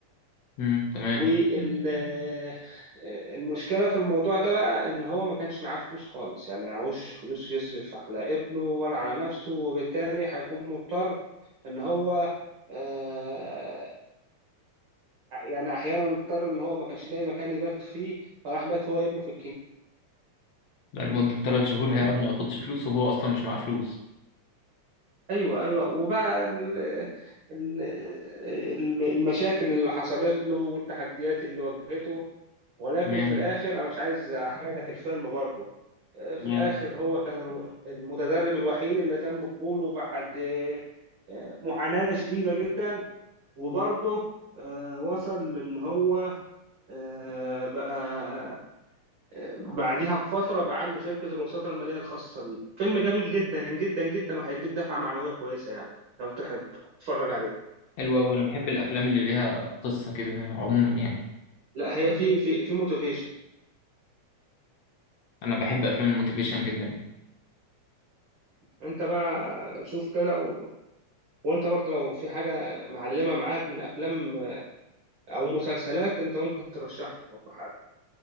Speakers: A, on the left (about 70°); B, on the right (about 75°).
A: امم تمام
B: والمشكلة في الموضوع ده بقى إن هو ما كانش معاه فلوس خالص يعني معهوش فلوس يصرف على ابنه ولا على نفسه وبالتالي هيكون مضطر إن هو آه، يعني أحيانا مضطر إن هو ما كانش لاقي مكان يبات فيه فراح بات هو ابنه في
A: ده لمدة ثلاث شهور
B: الكنيسة
A: هيقعد ما ياخدش فلوس وهو اصلا مش معاه فلوس
B: ايوه ايوه وبقى ال- ال- ال- المشاكل اللي حصلت له والتحديات اللي واجهته ولكن
A: تمام
B: في الاخر انا مش عايز احرق لك الفيلم برضه آه، في
A: تمام
B: الاخر هو كان الو- المتدرب الوحيد اللي تم قبوله بعد آه، آه، معاناة شديدة جدا وبرضه آه، وصل لان هو آه، بقى بعديها بفترة بقى عنده شركة الوساطة المالية الخاصة بيه فيلم جميل جدا جدا جدا وهيديك دفعة معنوية كويسة يعني لو تحب تتفرج عليه
A: حلو أوي أنا بحب الأفلام اللي ليها قصة كده عموما يعني
B: لا هي في في في موتيفيشن
A: أنا بحب أفلام الموتيفيشن جدا يعني
B: انت بقى شوف كده و... وانت برضه لو في حاجة معلمة معاك من افلام او مسلسلات انت ممكن ترشح لي برضه حاجة